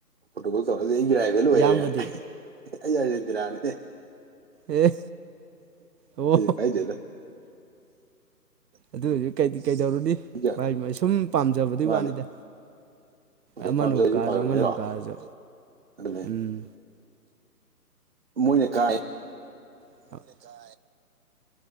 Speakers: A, on the right; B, on the right.
A: ꯐꯣꯇꯣꯀꯣꯜ ꯇꯧꯔꯛꯑꯁꯦ ꯑꯩꯒꯤ ꯔꯥꯏꯚꯦꯜ ꯑꯣꯏꯔꯦꯅ
B: ꯏꯌꯥꯝꯕꯗꯤ
A: ꯑꯩ ꯑꯥꯔꯖꯦꯟꯇꯤꯅꯥꯅꯦ꯫
B: ꯑꯦ ꯑꯣ
A: ꯁꯨ ꯀꯥꯏꯗꯦꯗ
B: ꯑꯗꯨ ꯍꯧꯖꯤꯛ ꯀꯩ ꯀꯩꯗꯧꯔꯨꯅꯤ
A: ꯑꯩꯒ
B: ꯃꯥꯏ ꯃ ꯁꯨꯝ ꯄꯥꯝꯖꯕꯗꯨꯩ
A: ꯃꯥꯅꯦ
B: ꯋꯥꯅꯤꯗ
A: ꯍꯣꯏ
B: ꯑꯃꯅꯕꯨ
A: ꯄꯥꯝꯖꯔꯤꯗꯤ
B: ꯀꯥꯖ
A: ꯄꯥꯝꯕꯅꯤ
B: ꯑꯅꯕꯨ
A: ꯅꯠꯇ꯭ꯔꯣ
B: ꯀꯥꯔꯖ
A: ꯑꯗꯨꯅꯦ
B: ꯎꯝ
A: ꯃꯣꯏꯅ ꯀꯥꯏ
B: <inaudible>